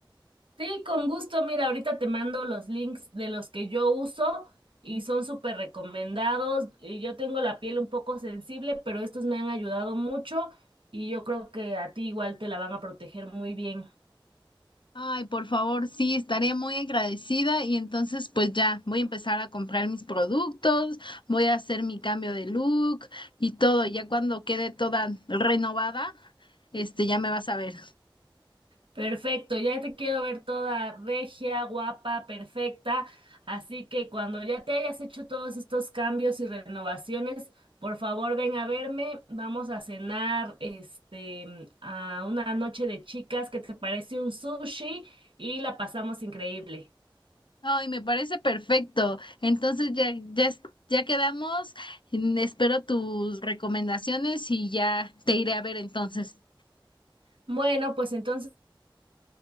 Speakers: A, on the right; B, on the left.
A: Sí, con gusto. Mira, ahorita te mando los links de los que yo uso y son súper recomendados. Y Yo tengo la piel un poco sensible, pero estos me han ayudado mucho y yo creo que a ti igual te la van a proteger muy bien.
B: Ay, por favor, sí, estaría muy agradecida y entonces pues ya voy a empezar a comprar mis productos, voy a hacer mi cambio de look y todo. Ya cuando quede toda renovada, este ya me vas a ver.
A: Perfecto, ya te quiero ver toda regia, guapa, perfecta. Así que cuando ya te hayas hecho todos estos cambios y renovaciones, por favor ven a verme. Vamos a cenar este a una noche de chicas que te parece un sushi y la pasamos increíble.
B: Ay, me parece perfecto. Entonces ya ya es- ya quedamos. Mm, Espero tus recomendaciones y ya te iré a ver entonces.
A: Bueno, pues entonces